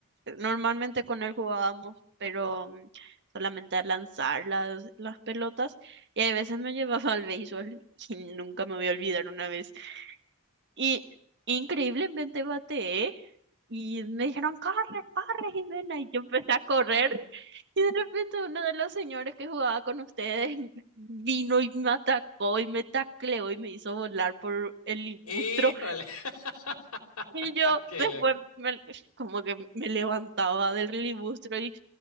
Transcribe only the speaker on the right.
Normalmente con él jugábamos, pero mm, solamente a lanzar las, las pelotas. Y hay veces me <laughs> llevaba al béisbol y nunca me voy a olvidar una vez. Y increíblemente bateé. Y me dijeron, corre, corre, Jimena. Y yo empecé a correr. Y de repente uno de los señores que jugaba con ustedes <laughs> vino y me atacó y me tacleó y me hizo volar por el libustro.
Y yo
después
me- como que me levantaba del libustro y